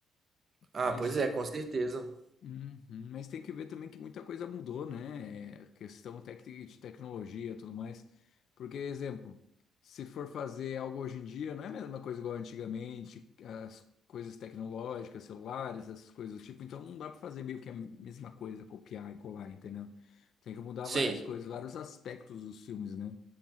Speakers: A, on the right (about 45°); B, on the left (about 65°).
A: Ah,
B: Mas
A: pois é, com certeza.
B: Uhum, Mas tem que ver também que muita coisa mudou, né? É, Questão tec- de tecnologia e tudo mais. Porque, exemplo, se for fazer algo hoje em dia, não é a mesma coisa igual antigamente, as coisas tecnológicas, celulares, essas coisas do tipo. Então não dá para fazer meio que a mesma coisa, copiar e colar, entendeu? Tem que mudar
A: Sim.
B: várias coisas, vários aspectos dos filmes, né?